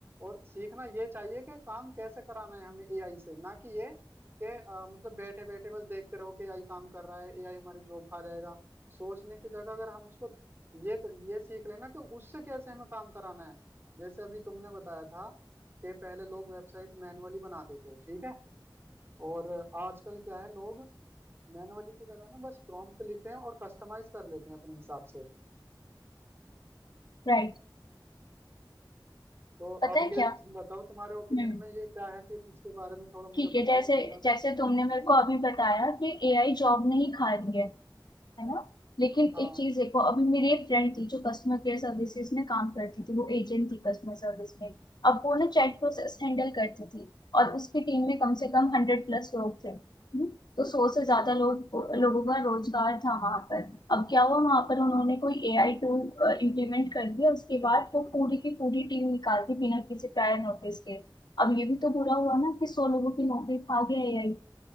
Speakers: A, on the right; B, on the left.
A: और सीखना ये चाहिए कि काम कैसे कराना है हमें एआई से ना कि ये कि अ, मतलब बैठे बैठे बस देखते रहो कि एआई काम कर रहा है एआई हमारी जॉब खा जाएगा सोचने की जगह अगर हम उसको ये ये सीख लेना कि उससे कैसे हमें काम कराना है जैसे अभी तुमने बताया था कि पहले लोग वेबसाइट मैनुअली बनाते थे ठीक है और आजकल क्या है लोग मैनुअली की जगह ना बस प्रॉम्प्ट लिखते हैं और कस्टमाइज कर लेते हैं अपने हिसाब से
B: राइट
A: तो
B: पता
A: अब
B: है
A: ये
B: क्या
A: तुम बताओ तुम्हारे ओपिनियन
B: हम्म
A: में ये क्या है फिर इसके बारे में थोड़ा मुझे
B: ठीक है
A: बताओ
B: जैसे
A: मेरा
B: जैसे तुमने मेरे को अभी बताया कि एआई जॉब नहीं खा रही है है ना लेकिन
A: हाँ
B: एक चीज देखो अभी मेरी एक फ्रेंड थी जो कस्टमर केयर सर्विसेज में काम करती थी वो एजेंट थी कस्टमर सर्विस में अब वो ना चैट प्रोसेस हैंडल करती थी और उसकी टीम में कम से कम हंड्रेड प्लस लोग थे हम्म, तो सौ
A: अच्छा
B: से ज्यादा लोग लोगों का रोजगार था वहां पर अब क्या हुआ वहां पर उन्होंने कोई एआई टूल इम्प्लीमेंट कर दिया उसके बाद वो पूरी की पूरी टीम निकाल दी बिना किसी प्रायर नोटिस के अब ये भी तो बुरा हुआ ना कि सौ लोगों की नौकरी खा गया एआई